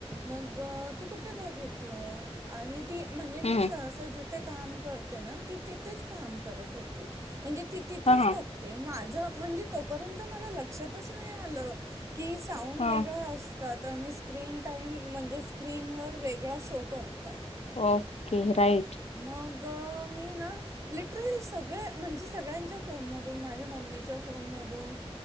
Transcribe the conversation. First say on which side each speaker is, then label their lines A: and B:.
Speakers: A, on the right; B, on the left.
A: मग तू कुठे बघितलं आणि ती म्हणजे मी
B: हम्म
A: सहसा जिथे काम त तिथे काम करत होते म्हणजे त तिथेच
B: हा हा
A: बघते मा म्हणजे तोपर्यंत मला लक्षातच नाही आलं की साऊंड
B: हा
A: वेगळा असतात त्यांनी स्क्रीन टाईम म्हणजे स्क्रीनवर वेगळा शो करतो
B: ओके राईट
A: मग मी ना लिटरली सगळे म्हणजे सगळ्यांच्या फोन मधून माझ्या मम्मीच्या फोन मधून्